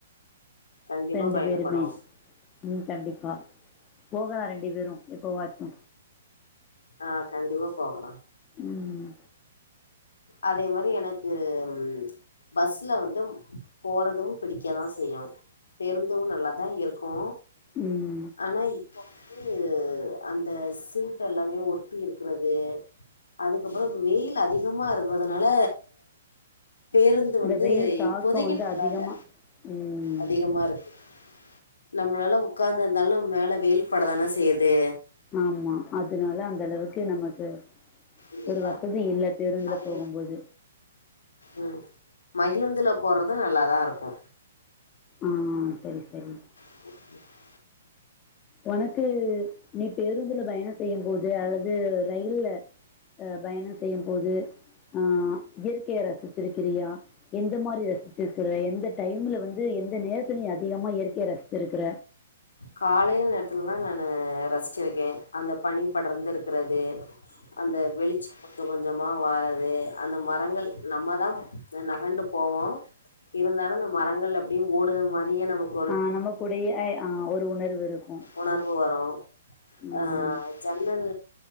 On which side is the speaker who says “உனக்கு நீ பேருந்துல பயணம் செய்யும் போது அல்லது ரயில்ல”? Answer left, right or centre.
Left